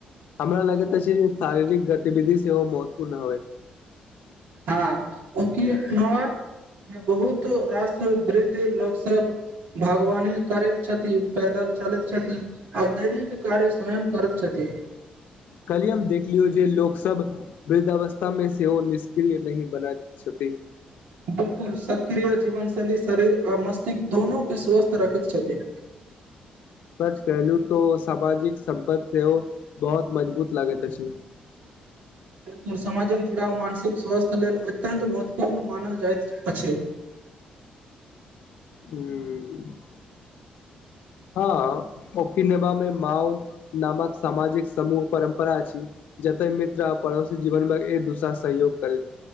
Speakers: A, on the left; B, on the right.
A: हमरा लगैत अछी जे शारीरिक गतिविधि सेहो महत्वपूर्ण हौत
B: ह <unintelligible> ओखिनवा बहुतो रास वृद्ध लोक सब भगवानी करैत छथि पैदल चलैत छथि आ दैनिक कार्य स्वयं करैत छथि।
A: काल्हिए हम देखलियौ जे लोक सब। वृद्धवस्था में सेहो निष्क्रिय नही बनायत छथि
B: बिल्कुल सक्रिय जीवन शैली शरीर आ मस्तिष्क दोनो केँ स्वस्थ रखैत छथि।
A: सच कहलू तऽ सामाजिक संबंध सेहो बहुत मजबूत लागैत अछी
B: बिल्कुल सामाजिक जुड़ाव मानसिक स्वस्थ्य लेल अत्यंत महत्वपूर्ण मानल जाइत अछी
A: <unintelligible> हँ ओकी नैबामे माओ नामक सामाजिक समूह परम्परा अछि जते मित्र आ पड़ोसी जीवनमे एक दोसरा सहयोग करैत